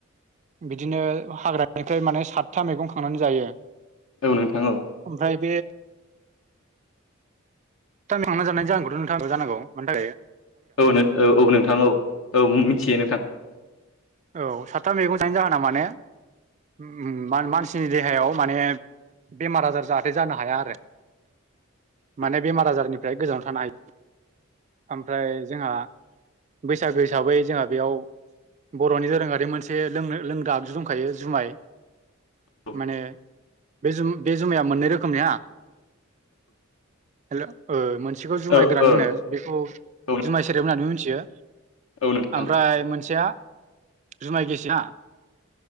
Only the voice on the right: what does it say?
बिदिनो हाग्रानिफ्राय माने सातथा मैगं खांनानै जायो
ओमफ्राय बे <unintelligible> जानाय जाहोनखौथ' नोंथाङा <unintelligible> जानांगौ मानि थाखाय जायो
औ सातथा मैगं जायनायनि जाहोना माने मानसिनि देहायाव माने बेमार आजार जाहाथे जानो हाया आरो
माने बेमार आजारनिफ्राय गोजानाव थानाय आमफ्राय जोंहा बैसागो हिसाबै जोंहा बेयाव बर'नि दोरोङारि मोनसे लोंनो लोंग्रा आगजु दंखायो जुमाय
माने बे जु बे जुमाया मोननै रोखोमनि हा हेल' ओ मोन सेखौ जुमाय
गोरान
होनो बेखौ
जुमाय सेरेब होननानै मिनथियो
आमफ्राय मोनसेया जुमाय गिसि ना